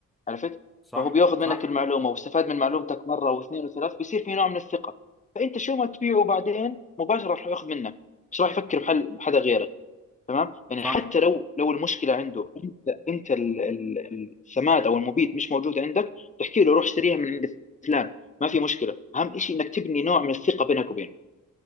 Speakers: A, on the left (about 25°); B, in the centre.
A: عرفت
B: صح
A: فهو بياخذ
B: صح
A: منك المعلومه واستفاد من معلومتك مره واثنين وثلاث بيصير في نوع من الثقه فانت شو ما تبيعه بعدين مباشره راح ياخذ منك مش راح يفكر بحل بحدا غيرك تمام يعني
B: صح
A: حتى لو لو المشكله عنده انت انت ال- ال- السماد او المبيد مش موجود عندك تحكي له روح اشتريها من عند فلان ما في مشكله اهم شيء انك تبني نوع من الثقه بينك وبينه